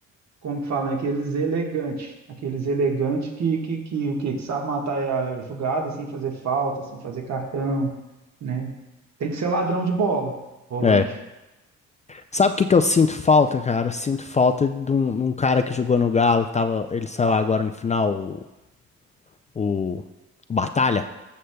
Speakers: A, on the right (about 60°); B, on the left (about 25°).
A: como que falam, aqueles elegantes. Aqueles elegantes que, que, que, o quê? que sabe matar a jogada sem fazer falta, sem fazer cartão, né? Tem que ser ladrão de bola, volante.
B: É. Sabe o que que eu sinto falta, cara? Eu Sinto falta de um, de um cara que jogou no Galo, tava, ele saiu agora no final, o, o Batalha.